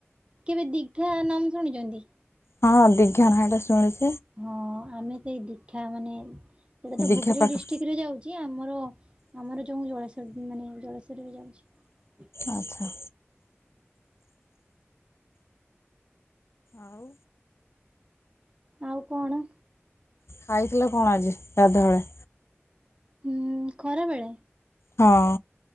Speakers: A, on the right; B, on the left.
A: କେବେ ଦୀଘା ନାମ ଶୁଣୁଛନ୍ତି?
B: ହଁ ଦିଘା ନାଁ ଟା ଶୁଣିଛି।
A: ହଁ ଆମେ ତ ଏଇ ଦୀଘା ମାନେ ସେଇଟା ତ
B: ଦୀଘା
A: ଗୁଗ୍ରୀ
B: ପାଖ
A: ଡିଷ୍ଟ୍ରିକ୍ଟ ରେ ଯାଉଛି ଆମର ଆମର ଯୋଉଁ ଜଳେଶ୍ୱର ମାନେ ଜଳେଶ୍ୱର ରେ ଯାଉଛି।
B: ଆଚ୍ଛା। ଆଉ
A: ଆଉ କଣ?
B: ଖାଇଥିଲ କଣ ଆଜି ଗାଧୁଆବେଳେ?
A: ହୁଁ ଖରା ବେଳେ!
B: ହଁ।